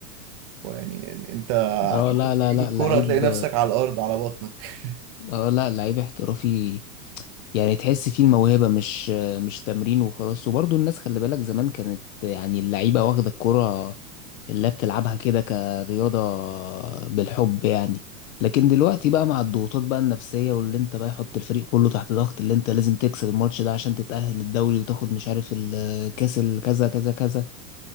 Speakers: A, on the right; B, on the left.
A: ويعني انت
B: اه
A: هتحاول
B: لا لا
A: تجيب
B: لا
A: الكوره
B: لعيب
A: هتلاقي نفسك على الارض على بطنك
B: اه لا لعيب احترافي يعني تحس فيه الموهبة مش مش تمرين وخلاص وبرضه الناس خلي بالك زمان كانت يعني اللعيبة واخدة الكرة اللي بتلعبها كده كرياضة بالحب يعني لكن دلوقتي بقى مع الضغوطات بقى النفسية واللي انت بقى يحط الفريق كله تحت ضغط اللي انت لازم تكسب الماتش ده عشان تتأهل الدوري وتاخد مش عارف الكاس الكذا كذا كذا